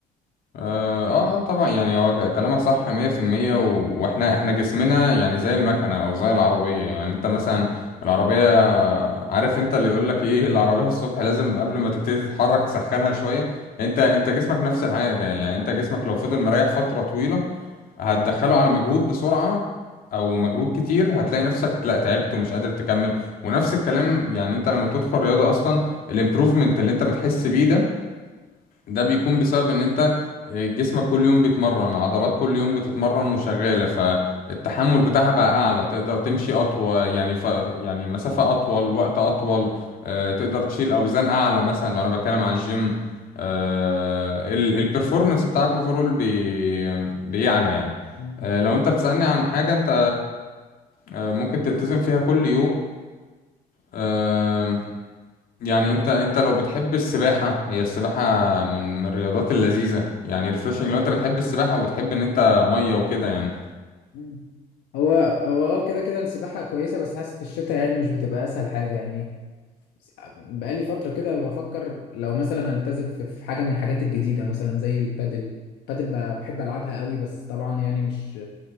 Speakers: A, on the left; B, on the left.
A: اه آه، طبعا يعني هو كلامك صح 100% و... واحنا احنا جسمنا يعني زي المكنة او زي العربية يعني انت مثلا العربية عارف انت اللي يقول لك ايه العربية الصبح لازم قبل ما تبتدي تتحرك تسخنها شوية انت انت جسمك نفس الحاجة يعني انت جسمك لو فضل مريح فترة طويلة هتدخله على مجهود بسرعة او مجهود كتير هتلاقي نفسك لا تعبت ومش قادر تكمل ونفس الكلام يعني انت لما بتدخل رياضة اصلا الامبروفمنت اللي انت بتحس بيه ده ده بيكون بسبب ان انت آه، جسمك كل يوم بيتمرن العضلات كل يوم بتتمرن وشغالة فالتحمل بتاعها بقى اعلى تقدر تمشي اطول يعني ف... يعني مسافة اطول وقت اطول آه، تقدر تشيل اوزان اعلى مثلا لو انا بتكلم على الجيم آه، ال... البرفورمانس بتاعك اوفرول بي... بيعلى يعني
B: مم.
A: آه، لو انت بتسألني عن حاجة انت آه، ممكن تلتزم فيها كل يوم يعني انت انت لو بتحب السباحة هي السباحة من من الرياضات اللذيذة يعني ريفرشنج لو انت بتحب السباحة وبتحب ان انت مية وكده يعني
B: مم. هو هو اه كده كده السباحة كويسة بس حاسس في الشتاء يعني مش بتبقى أسهل حاجة يعني بقالي فترة كده بفكر لو مثلا التزم في في حاجة من الحاجات الجديدة مثلا زي البادل بادل ب- بحب ألعبها قوي بس طبعا يعني مش